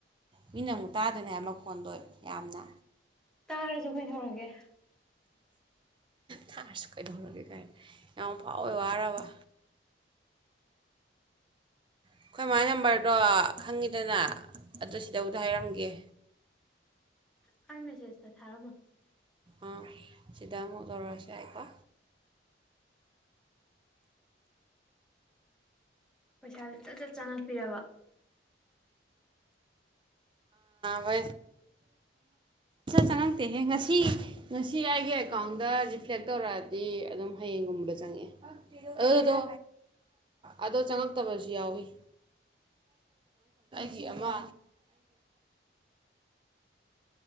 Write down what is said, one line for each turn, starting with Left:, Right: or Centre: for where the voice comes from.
Right: ꯃꯤꯅ ꯑꯃꯨꯛ ꯇꯥꯗ꯭ꯅꯤ ꯍꯥꯏꯕ ꯑꯃ ꯈꯣꯟꯗꯣꯏ ꯌꯥꯝꯅ
Centre: ꯇꯥꯔꯖꯈꯣꯏꯅꯧꯔꯒꯦ
Right: ꯊꯥꯔꯁꯨ ꯀꯩꯗꯧꯔꯒꯦ ꯀꯥꯏꯅ ꯌꯥꯝ ꯐꯥꯎꯋꯦ ꯋꯥꯔꯕ ꯑꯩꯈꯣꯏ ꯃꯥꯥꯏ ꯅꯝꯕꯔꯗꯣ ꯈꯪꯉꯤꯗꯅ ꯑꯗꯨ ꯁꯤꯗꯕꯨꯗ ꯍꯥꯏꯔꯝꯒꯦ
Centre: ꯀꯥꯏ ꯃꯦꯁꯦꯖꯇ ꯊꯥꯔꯃꯣ
Right: ꯑꯥ ꯁꯤꯗꯥ ꯑꯃꯨꯛ ꯇꯔꯔꯁꯤꯦ ꯍꯥꯏꯀꯣ
Centre: ꯄꯩꯁꯥꯥꯁꯦ ꯆꯠ ꯆꯠ ꯆꯪꯉꯛꯄꯤꯔꯕ
Right: ꯚ ꯆꯪꯉꯛꯇꯦꯍꯦ ꯉꯁꯤ ꯉꯁꯤ ꯑꯩꯒꯤ ꯑꯦꯀꯥꯎꯟꯗ ꯔꯤꯐ꯭ꯂꯦꯛ ꯇꯧꯔꯛꯑꯗꯤ ꯑꯗꯨꯝ ꯍꯌꯦꯡꯒꯨꯝꯕꯗ ꯆꯪꯉꯛꯑꯦ ꯑꯗꯨꯗꯣ ꯑꯗꯣ ꯆꯪꯉꯛꯇꯕꯁꯨ ꯌꯥꯎꯋꯤ ꯑꯩꯒꯤ ꯑꯃ